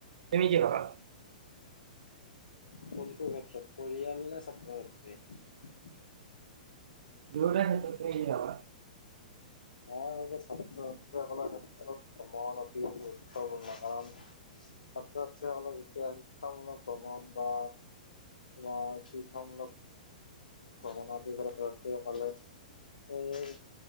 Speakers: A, on the right (about 60°); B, on the left (about 75°).
A: তোমি কি ভাবা?
B: কোনটো ক্ষেত্ৰত পৰিয়াল নে ছাত্ৰ ছাত্ৰী?
A: দুৌ ন <unintelligible> তত যাবা
B: মই ভাবো ছাত্ৰ ছাত্ৰীসকলৰ ক্ষেত্ৰত ভ্ৰমণ অতি গুৰুত্বপূৰ্ণ কাৰণ, ছাত্ৰ ছাত্ৰীসকলক যেতিয়া শিক্ষামূলক ভ্ৰমণ বা, বা শিক্ষামূলক ভ্ৰমণ দি ব্যক্তিসকলে, এই